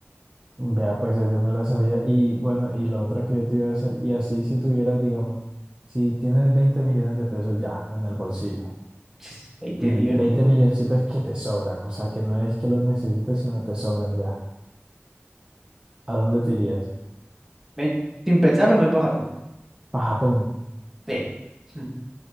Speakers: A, on the right (about 25°); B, in the centre.
A: Vea, pues esa no la sabía. Y bueno, y la otra que yo te iba a hacer, y así si tuvieras, digamos, si tienes 20 millones de pesos ya en el bolsillo,
B: <laughs> 20
A: y
B: millones.
A: 20
B: uf,
A: milloncitos que te sobran, o sea, que no es que los necesites, sino que te sobran ya, ¿a dónde te irías?
B: ven, sin pensarlo, me voy para Japón.
A: Para Japón.
B: Ve, <laughs> sin,